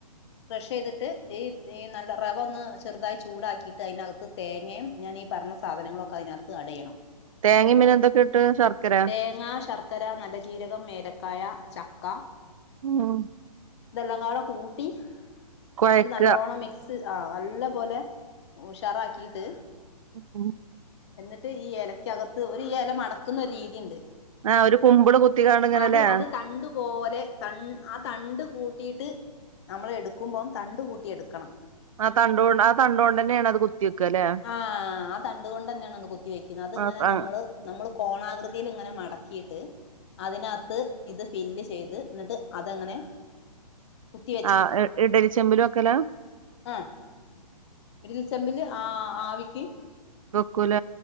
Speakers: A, on the left (about 45°); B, on the right (about 55°).
A: ഉ ഫ്രഷ് ചെയ്തിട്ട് ഈ ഈ നല്ല റവ ഒന്ന് ചെറുതായി ചൂടാക്കിയിട്ട് അയ്നകത്ത് തേങ്ങയും ഞാനീ പറഞ്ഞ സാധനങ്ങളൊക്കെ അതിനകത്ത് അടയണം
B: തേങിൻ പിന്നെ എന്തൊക്കെ ഇട്ട് ശർക്കര
A: തേങ്ങ ശർക്കര നല്ലജീരകം മേലക്കായ ചക്ക
B: ഉം
A: തെല്ലകട കൂട്ടി
B: കൊഴക്ക
A: എന്നിട്ട് നല്ലോണ്ണം മിക്സ് ആഹ് നല്ല പോലെ ഉഷാറാക്കിട്ട്
B: ഉം
A: എന്നിട്ട് ഈ ഇലക്കകത്ത് ഒരു ഈ ഇല മടക്കുന്ന ഒരു രീതിയുണ്ട്
B: ആഹ് ഒരു കുമ്പിള് കുത്തി കാണ്ട് ഇങ്ങനല്ലേ
A: അത് അത് തണ്ട് പോലെ ആ തണ്ട് കൂട്ടിയിട്ട് നമ്മൾ എടുക്കുമ്പോം തണ്ട് കൂട്ടി എടുക്കണം
B: ആ തണ്ടോ ആ തണ്ടോണ്ടന്നെയാണ് അത് കുത്തി വെക്കല്ലേ
A: ആഹ് ആ തണ്ടുകൊണ്ട് തന്നെയണ കു എത്തി വെക്കുന്നത് അത്ങ്ങനെ
B: ആഹ്
A: നമ്മള്
B: ആഹ്
A: നമ്മൾ കോണാകൃതിയിൽ ഇങ്ങനെ മടക്കിയിട്ട് അതിനകത്ത് ഇത് ഫില്ല് ചെയ്ത് എന്നിട്ട് അതങ്ങനെ കുത്തി
B: ആഹ് ഇഡരി ചെമ്പലും ഒക്കെല്ലാ
A: ആഹ് ഇഡലി ചമ്പില് ആ ആവിക്ക്
B: കൊക്കൂല